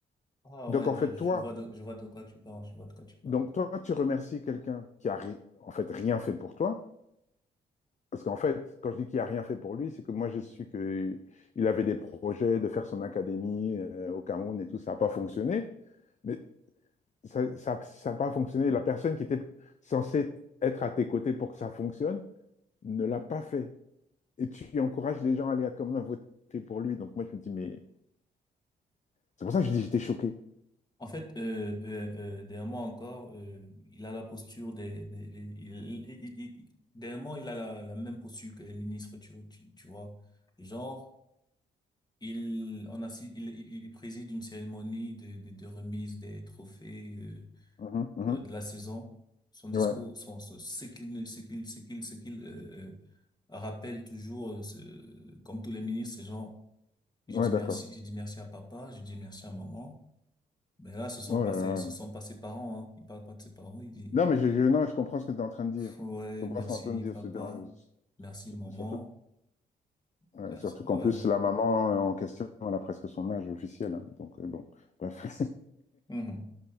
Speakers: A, on the left; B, on the left.
A: ah
B: Donc,
A: ouais, ouais,
B: en fait,
A: je
B: toi,
A: vois de, je vois de quoi tu parles, je vois de quoi tu parles.
B: Donc, toi, tu remercies quelqu'un qui a ri- en fait rien fait pour toi. Parce qu'en fait, quand je dis qu'il a rien fait pour lui, c'est que moi, j'ai su qu'il avait des projets de faire son académie euh, au Cameroun et tout. Ça n'a pas fonctionné. Mais ça n'a ça, ça a pas fonctionné. La personne qui était censée être à tes côtés pour que ça fonctionne ne l'a pas fait. Et tu encourages les gens à aller à- quand même voter pour lui. Donc, moi, je me dis, mais c'est pour ça que je dis, j'étais choqué.
A: En fait, euh, euh, euh, derrière moi encore, euh, il a la posture des, des, des- il, il, il- il- derrière moi, il a la, la même posture que les ministres, tu, tu, tu vois. Genre, Il, on assi- il, il- il préside une cérémonie de, de, de remise des trophées euh,
B: Mhm, mhm.
A: euh, de la saison. Son discours,
B: Ouais,
A: son, son- ce qu'il, ne- ce qu'il, ce qu'il, ce qu'il euh, euh, rappelle toujours, euh, ce- comme tous les ministres, c'est genre, j'ai
B: ouais,
A: dit
B: d'accord.
A: merci, j'ai dit merci à papa, j'ai dit merci à maman. Mais là, ce sont
B: Oh
A: pas
B: là
A: ses,
B: là.
A: ce sont pas ses parents. Hein. Il parle pas de ses parents. Il dit,
B: Non, mais je, je- non, je comprends ce que tu es en train de dire.
A: ouais,
B: Je comprends
A: merci
B: ce que tu es en Ouais. train de dire.
A: papa,
B: C'est- euh,
A: merci
B: c'est-
A: maman,
B: Surtout, euh,
A: merci.
B: surtout
A: Ouais.
B: qu'en plus, la maman euh, en question, elle a presque son âge officiel. hein. donc, euh, bon, bref. <laughs>
A: Mhm.